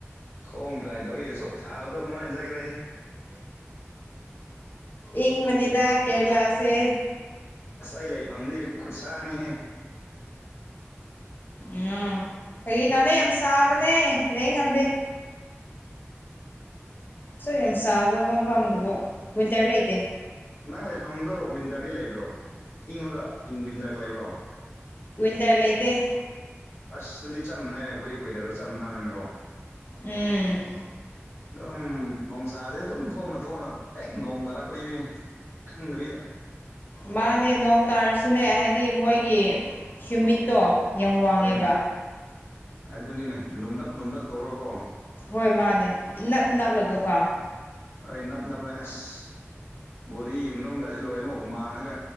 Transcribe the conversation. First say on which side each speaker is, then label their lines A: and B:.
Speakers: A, on the left (about 75°); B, on the left (about 45°).
A: ꯈꯣꯡ ꯇ꯭ꯔꯥꯏ ꯇꯧꯏꯁꯦ ꯁꯨꯞ ꯁꯥꯕꯗꯣ ꯀꯃꯥꯏꯅꯖꯈ꯭ꯔꯦ
B: ꯏꯪꯕꯅꯤꯗ
A: ꯍꯨꯝ
B: ꯀꯦꯔꯂꯥꯁꯦ
A: ꯉꯁꯥꯏ ꯂꯩꯐꯝꯗꯤ ꯈꯨꯠꯁꯥꯅꯤꯍꯦ
B: ꯎꯝ ꯀꯩ ꯇꯥꯅ ꯌꯥꯝ ꯁꯥꯕꯅꯦ ꯂꯩ ꯉꯝꯗꯦ
A: <unintelligible>
B: ꯁꯣꯏ ꯌꯥꯝ ꯆꯥꯕ ꯃꯐꯝꯗꯨꯕꯨ ꯋꯤꯟꯇꯔ ꯂꯩꯇꯦ
A: ꯅꯪ ꯂꯩꯐꯝꯗꯣ ꯋꯤꯟꯗꯔꯗꯤ ꯂꯩꯕ꯭ꯔꯣ ꯏꯪꯕꯒ ꯏꯟ ꯋꯤꯟꯗꯔꯒ ꯂꯩꯕ꯭ꯔꯣ
B: ꯇ ꯋꯥꯩꯇꯩ
A: ꯑꯁ ꯑꯗꯨꯗꯤ ꯆꯞ ꯃꯥꯟꯅꯏꯅꯦ ꯑꯩꯈꯣꯏ ꯀꯦꯗꯔꯗ ꯆꯞ ꯃꯥꯟꯅꯕꯅꯤꯅꯀꯣ
B: ꯎꯝ
A: ꯑꯗꯨꯝ ꯅꯨꯡꯁꯥꯥꯁꯦ ꯑꯗꯨꯝ ꯊꯣꯡꯅ ꯊꯣꯡꯅ ꯍꯦꯛ ꯅꯣꯡ ꯇꯥꯔꯛꯄꯅꯦꯕ ꯎꯪꯕꯤꯗ
B: ꯃꯥꯅꯦ ꯅꯣꯡ ꯇꯥꯔꯁꯨꯅꯦ ꯍꯥꯏꯗꯤ ꯃꯣꯏꯒꯤ ꯍ꯭ꯌꯨꯃꯤꯠꯇꯣ ꯌꯥꯝ ꯋꯥꯡꯉꯦꯕ
A: ꯍꯣꯏꯅꯦ ꯑꯗꯨꯅꯤꯅꯦ ꯂꯨꯝꯂꯛ ꯂꯨꯝꯂꯛ ꯇꯧꯔꯒꯣ
B: ꯍꯣꯏ ꯃꯥꯅꯦ ꯏꯅꯥꯞ ꯅꯥꯞꯂꯒꯀꯣ
A: ꯍꯣꯏ ꯅꯥꯞ ꯅꯥꯞ꯭ꯔ ꯑꯁ ꯕꯣꯗꯤꯒꯤ ꯃꯅꯨꯡꯒꯁꯤ ꯂꯣꯏꯔꯅ ꯍꯨꯃꯥꯡꯁꯤꯅ